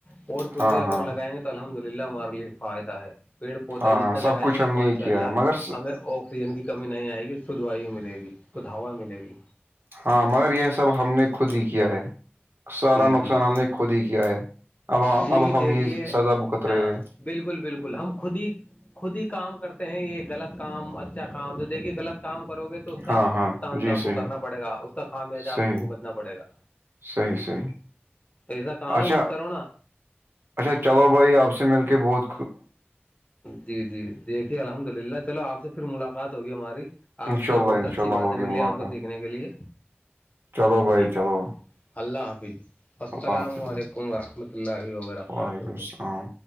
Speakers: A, on the left; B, on the right.
A: پیڑ پودے
B: ہاں
A: اگر
B: ہاں
A: لگائیں گے تو الحمد للہ ہمارے لیے فائدہ ہے پیڑ پودے
B: ہاں ہاں
A: جتنے لگائیں
B: سب کچھ
A: گے
B: ہم نے
A: ماشاء
B: ہی کیا
A: اللہ
B: ہے مگر س-
A: ہمیں اوکھت سسیجن کی کمی نہیں آئے گی سدھ وائی ملے گی سدھ ہوا ملے گی
B: ہاں مگر یہ سب ہم نے خود ہی کیا ہے سارا
A: جی
B: نقصان
A: جی
B: ہم نے خود ہی کیا ہے اب
A: جی
B: اب
A: کہ
B: حمید
A: دیکھیے
B: سزا بکت
A: ہاں
B: رہے ہیں
A: بالکل بالکل ہم خود ہی خود ہی کام کرتے ہیں یہ غلط کام اچھا کام تو دیکھیے غلط کام کرو گے تو اس کا
B: ہاں ہاں
A: بھگتان
B: جی
A: تو آپ کو
B: صحیح
A: کرنا پڑے گا اس کا خامیاجہ آپ
B: صحیح
A: کو بھگتنا پڑے گا
B: صحیح صحیح
A: تو ایسا کام ہی
B: اچھا
A: مت کرو نا
B: اچھا چلو بھائی آپ سے مل کے بہت
A: جی جی دیکھیے الحمد للہ چلو آپ سے پھر ملاقات ہوگی ہماری آپ
B: شاء
A: سے
B: اللہ
A: بہت
B: ان
A: اچھی
B: شاء اللہ
A: باتیں
B: ہوگی
A: ملی
B: ملاقات
A: ہم کو سیکھنے کے لیے
B: چلو بھائی
A: جی
B: چلو
A: اللہ حافظ السلام
B: اللہ حافظ
A: علیکم ورحمۃ اللہ وبرکاتہ
B: وعلیکم السلام